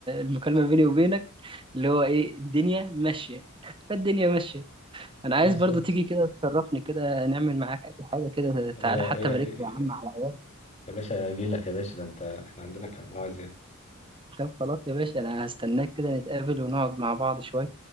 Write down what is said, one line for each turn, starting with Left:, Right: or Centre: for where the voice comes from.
Right: المكالمة بيني وبينك اللي هو إيه الدنيا ماشية فالدنيا ماشية أنا عايز
Left: بالظبط
Right: برضو تيجي كده تشرفني كده نعمل معاك أي حاجة كده
Left: يا
Right: تعالى حتى
Left: يا
Right: بارك
Left: يا
Right: لي يا عم على العيال
Left: يا باشا أجيلك يا باشا ده أنت إحنا عندنا كان مواعيد يعني
Right: طب خلاص يا باشا أنا هستناك كده نتقابل ونقعد مع بعض شوية